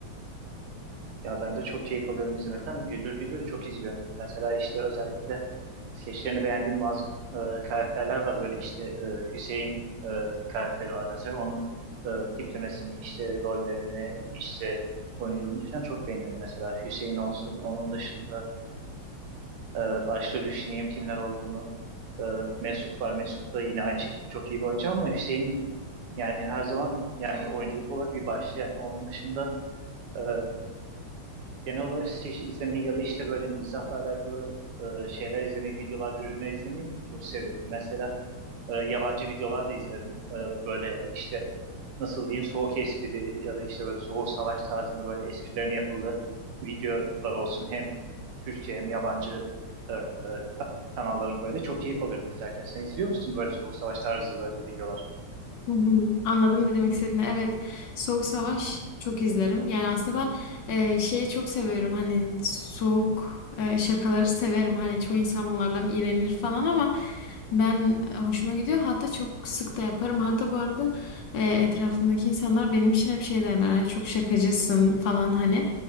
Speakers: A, on the right; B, on the left.
A: Ya ben de çok keyif alıyorum izlemekten. Güldür güldür çok izliyorum. Mesela işte özellikle skeçlerini beğendiğim bazı e, karakterler var. Böyle işte e, Hüseyin e, karakteri var mesela. Onun e, tiplemesini, işte rollerini, işte oyunculuğunu falan çok beğeniyorum. Mesela Hüseyin olsun. Onun dışında e, başta düşüneyim kimler olduğunu. E, Mesut var. Mesut da yine aynı şekilde çok iyi bir oyuncu ama Hüseyin yani her zaman yani oyunculuk olarak bir başta yani. Onun dışında e, genel olarak skeç izlemeyi ya da işte böyle mizahla alakalı e, şeyler izlemeyi, videolar, ürünler izlemeyi çok seviyorum. Mesela e, yabancı videolar da izlerim. E, böyle işte nasıl diyeyim soğuk espri ya da işte böyle soğuk savaş tarzında böyle esprilerin yapıldığı videolar olsun. Hem Türkçe hem yabancı e, e, kanalların böyle çok keyif alıyorum izlerken. Sen izliyor musun böyle soğuk savaş tarzı böyle videolar?
B: Hı hı, Anladım ne demek istediğini. Evet, Soğuk Savaş çok izlerim. Yani aslında ben e, şeyi çok seviyorum. Hani soğuk e, şakaları severim. Hani çoğu insan bunlardan iğrenir falan ama ben e, hoşuma gidiyor. Hatta çok sık da yaparım. Hatta bu arada e, etrafımdaki insanlar benim için hep şey derler. Hani çok şakacısın falan hani.